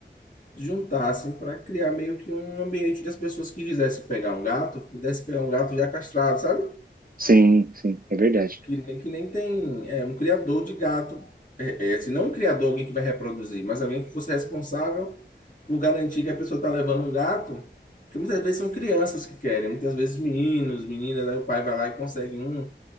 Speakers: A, on the left; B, on the right.
A: juntassem para criar meio que um ambiente onde as pessoas que quisessem pegar um gato, pudessem pegar um gato já castrado, sabe?
B: sim, sim, é verdade.
A: Que nem, que nem tem é, um criador de gato. É, é, se não um criador, alguém que vai reproduzir, mas alguém que fosse responsável por garantir que a pessoa está levando um gato. Porque muitas vezes são crianças que querem, muitas vezes meninos, meninas, aí o pai vai lá e consegue um.